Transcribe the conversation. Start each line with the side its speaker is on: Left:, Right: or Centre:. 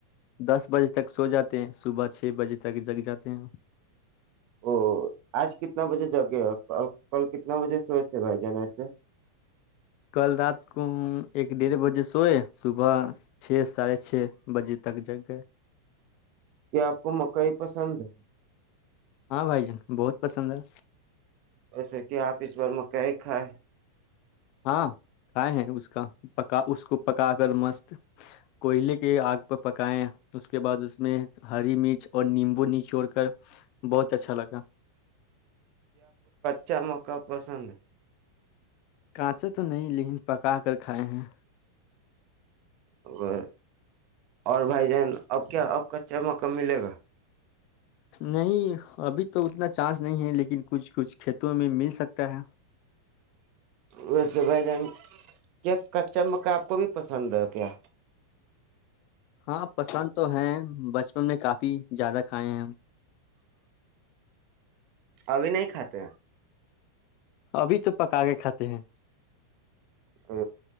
Left: دس بجے تک سو جاتے ہیں صبح چھ بجے تک جگ جاتے ہیں
Right: او آج کتنا بجے جا گے کل کتنا بجے سوئے تھے بھائی جان سے
Left: کل رات کو ہم ایک ڈیڑھ بجے سوئے صبح چھ ساڑھے چھ بجے تک جگ گئے
Right: کیا آپ کو مکئی پسند ہے
Left: ہاں بھائی جن بہت پسند ہے
Right: پسے کیا آپیس بار میں کئی کائے
Left: ہاں کھائے ہیں اس کا پکا اس کو پکا کر مست کوئلے کے آ پہ پکائیں اس کے بعد اس میں ہری مرچ اور نیمبو نچوڑ کر بہت اچھا لگا
Right: چ مق پسند
Left: کانچا تو نہیں لیکن پکا کر کھائے ہیں
Right: ا اور بھائی جان اب کیا آپ کا چمکہ ملے گا
Left: نہیں ابھی تو اتنا چانس نہیں ہے لیکن کچھ کچھ کھیتوں میں مل سکتا ہے
Right: ویسے بھائی جن کیا کچا مکا آپ کو بھی پسند ہے کیا
Left: ہاں پسند تو ہے بچپن میں کافی زیادہ کھائے ہیں ہم
Right: ابھی نہیں کھاتاتے
Left: ابھی چ پکا کے کھاتے ہیں
Right: او